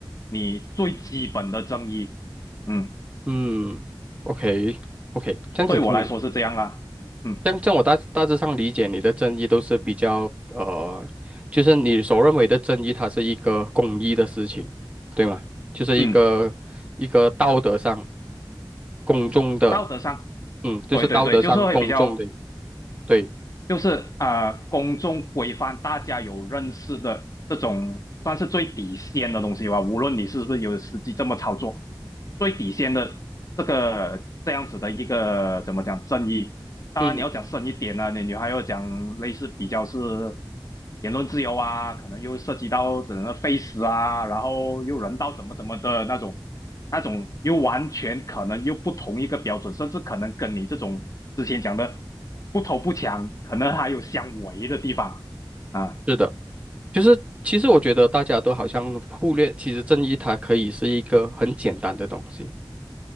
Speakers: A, on the left; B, on the right.
A: 你最基本的正义，嗯，
B: 嗯，OK OK，这样子听你。
A: 对我来说是这样啦，嗯
B: 这样，这样我大大致上理解你的正义都是比较呃，就是你所认为的正义，它是一个公益的事情，对吗？就是一个一个道德上
A: 嗯，
B: 公众的，
A: 道德上，
B: 嗯，就是道德上公众的，
A: 对对对，就是会比较，
B: 对，
A: 就是呃，公众规范大家有认识的这种，算是最底线的东西吧，无论你是不是有实际这么操作，最底线的这个这样子的一个怎么讲正义。当然你要讲深一点呢啊，
B: 嗯，
A: 你你还要讲类似比较是言论自由啊，可能又涉及到整个 face 啊，然后又人道怎么怎么的那种，那种又完全可能又不同一个标准，甚至可能跟你这种之前讲的不偷不抢，可能还有相违的地方啊，
B: 是的。就是其实我觉得大家都好像忽略，其实正义它可以是一个很简单的东西。